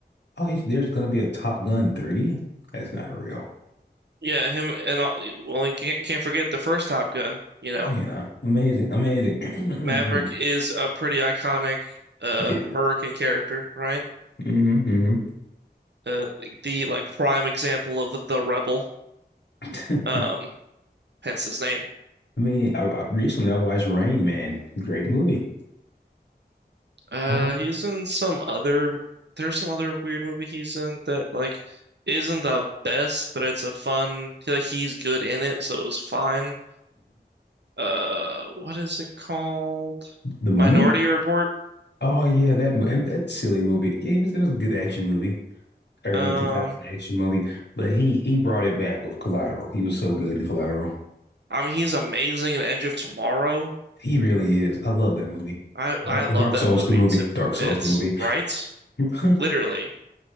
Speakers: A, on the left (about 75°); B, on the right (about 75°).
A: Oh, he's, there's gonna be a Top Gun 3? That's not real.
B: Yeah, him and all, well, you can't, can't forget the first Top Gun, you know.
A: Oh yeah. Amazing. Amazing. <clears throat> Mhm.
B: Maverick is a pretty iconic uh
A: Yeah.
B: American character, right?
A: hmm hmm
B: Uh the, the, like prime example of the rebel.
A: <laughs>
B: Um hence his name.
A: I mean, I, I- recently I watched Rain Man. Great movie.
B: Uh
A: Oh.
B: he's in some other there's some other weird movie he's in that like isn't the best, but it's a fun like he's good in it, so it was fine. uh what is it called?
A: The Mummy?
B: Minority Report.
A: Oh yeah, that mo- that silly movie. Yeah, it was, it was a good action movie, early
B: Um
A: 2000 action movie. But he he brought it back with Collateral. He was so good in Collateral.
B: I mean he's amazing in Edge of Tomorrow.
A: He really is. I love that movie.
B: I
A: Dark
B: I love
A: Dark
B: that
A: Souls
B: movie
A: the movie.
B: to
A: Dark Souls
B: bits,
A: the movie.
B: right?
A: <laughs>
B: Literally.